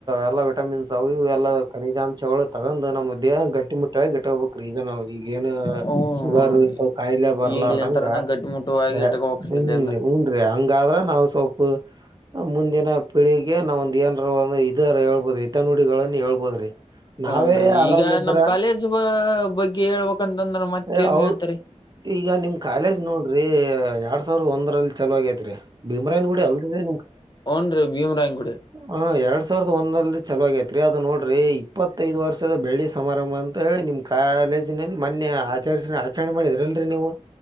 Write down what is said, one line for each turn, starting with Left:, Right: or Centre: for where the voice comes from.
Right: ಎಲ್ಲ ವಿಟಮಿನ್ಸ್ ಅವ ಇವ ಎಲ್ಲ ಖನಿಜಾಂಶಗಳು ತಗೊಂಡ್ ನಮ್ಮ ದೇಹ ಗಟ್ಟಿ ಮುಟ್ಟ ಆಗಿ ಇಟಕೋಬೇಕು ಈಗ ನಾವ ಈಗೇಏನು
Left: ಹ್ಮ
Right: ಶುಗರ್ ಇಂತವ ಕಾಯಿಲೆ ಬರ್ಲಾರ್ದಂಗ
Left: ಈಗ್ಲಿಂತರನ ಗಟ್ಟಿಮುಟ್ಟುವಾಗಿ
Right: ಹ್ಮ
Left: ಇಟ್ಕೋಬೇಕ್ರಿ ಅಲ್ಲ ಎಲ್ಲಾ
Right: ಹುನ್ ರಿ ಹಂಗಾದ್ರ ನಾವು ಸೋಪು ಮುಂದಿನ ಪೀಳಿಗೆ ನಾವ ಒಂದ ಏನಾರ ಒ ಇದಾರ ಹೇಳ್ಬೋದ್ರಿ ಹಿತ್ ನುಡಿಗಳನ್ನ ಹೇಳ್ಬೋದ್ರಿ ನಾವೇ
Left: ಹೂನ್ರಿ
Right: ಆರಾಮಿದ್ರ
Left: ಈಗ ನಮ್ ಕಾಲೇಜ್ ಬ ಬಗ್ಗೆ ಹೇಳ್ಬೇಕಂತಂದ್ರೆ ಮತ್ತ
Right: ಏ
Left: ಏನ್
Right: ಹೌ
Left: ಹೇಳ್ತಾರೀ
Right: ಈಗ ನಿಮ್ ಕಾಲೇಜ್ ನೋಡ್ರಿ ಎರಡ್ ಸಾವಿರದ ಒಂದರಲ್ಲಿ ಚಲೋ ಆಗೇತ್ರಿ ಭೀಮ್ರಾಯನ್ ಗುಡಿ ಅಲ್ ರೀ
Left: ಹುನ್ರಿ ಭೀಮರಾಯಂಗ ಗುಡಿ
Right: ಹ ಎರಡ್ ಸಾವಿರದ ಒಂದಲ್ಲಿ ಚಲವಾಗಾತಿ ರೀ ಅದು ನೋಡ್ರಿ ಇಪ್ಪತ್ತೈದು ವರ್ಷದ ಬೆಳ್ಳಿ ಸಮಾರಂಭ ಅಂತ ಹೇಳಿ ನಿಮ್ಮ್ ಕಾಲೇಜಿನಲ್ಲಿ ಮೊನ್ನೆ ಆಚರಿಸ ಆಚರಣೇ ಮಾಡಿದ್ರಿ ನೀವು